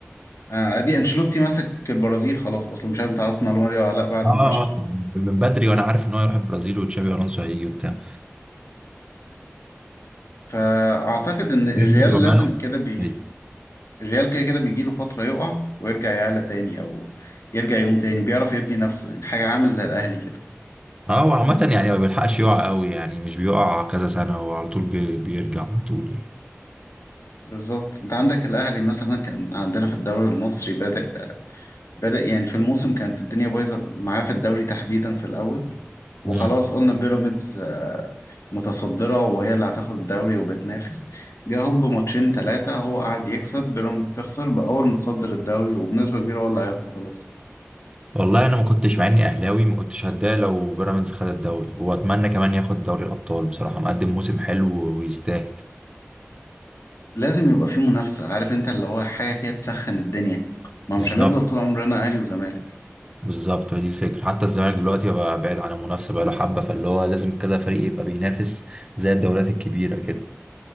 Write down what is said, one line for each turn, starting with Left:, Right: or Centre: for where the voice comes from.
Left: آه، ادي انشيلوتي ماسك البرازيل خلاص اصلا مش عارف انت عرفت المعلومه دي ولا لا بعد
Right: اه
Left: ما مشى
Right: اه من بدري وانا عارف ان هو هيروح البرازيل وتشابي الونسو هيجي وبتاع
Left: فاعتقد ان
Right: فبرازيل
Left: الريال
Right: رومانو
Left: لازم كده بي
Right: إيه.
Left: الريال كده كده بيجيله فترة يقع ويرجع يعلى تاني أو يرجع يقوم تاني بيعرف يبني نفسه يعني حاجة عامل زي الأهلي كده
Right: اه وعامة يعني ما بيلحقش يقع قوي يعني مش بيقع كذا سنة وعلى طول بي- بيرجع على طول يعني
Left: بالظبط أنت عندك الأهلي مثلا كان عندنا في الدوري المصري بدأ بدأ يعني في الموسم كانت الدنيا بايظة معاه في الدوري تحديدا في الأول وخلاص
Right: امم
Left: قلنا بيراميدز آه، متصدرة وهي اللي هتاخد الدوري وبتنافس جه هوب ماتشين تلاتة هو قعد يكسب بيراميدز تخسر بقى هو المتصدر الدوري وبنسبة كبيرة هو اللي هياخده خلاص
Right: والله انا ما كنتش مع اني اهلاوي ما كنتش هتضايق لو بيراميدز خد الدوري واتمنى كمان ياخد دوري الابطال بصراحة مقدم موسم حلو ويستاهل
Left: لازم يبقى في منافسة عارف انت اللي هو حاجة كده تسخن الدنيا ما
Right: بالظبط
Left: مش هنفضل طول عمرنا اهلي وزمالك
Right: بالظبط دي الفكرة حتى الزمالك دلوقتي بقى بعيد عن المنافسة بقى له حبة فاللي هو لازم كذا فريق يبقى بينافس زي الدوريات الكبيرة كده